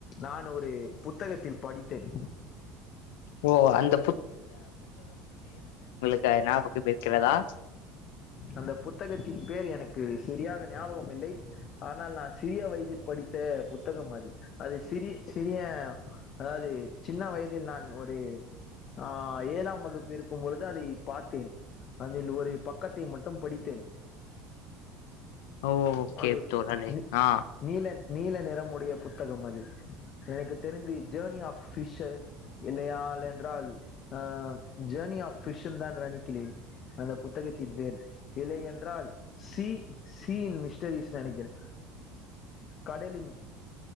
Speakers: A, on the left; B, on the left.
A: நான் ஒரு புத்தகத்தில் படித்தேன்.
B: ஓ அந்த அது ஞாபகம் இருக்கிறதா?
A: அந்த புத்தகத்தின் பேர் எனக்கு சரியாக ஞாபகம் இல்லை. ஆனால் நான் சிறிய வயதில் படித்த புத்தகம் அது அது சிறி சிறிய அதாவது சின்ன வயதில் நான் ஒரு ஆ ஏழாம் வகுப்பு இருக்கும் பொழுது அதை பாத்தேன். அதில் ஒரு பக்கத் தை மட்டும் படித்தேன்.
B: ஓ ஓகே
A: அது
B: தோழரே
A: நீ
B: ஆ
A: நீல நீல நிறமுடைய புத்தகம் அது. எனக்குத் தெரிந்து ஜேர்னி ஆஃப் ஃபிஷ்ஷு இல்லையால் என்றால் ஆ ஜேர்னி ஆஃப் ஃபிஷ்ஷுன்தான் என்று நினைக்கிறேன் அந்த புத்தகத் தின் பேர் இல்லை என்றால் சீ சீ இன் மிஸ்டரிஸ்னு நெனைக்கிறே கடலின்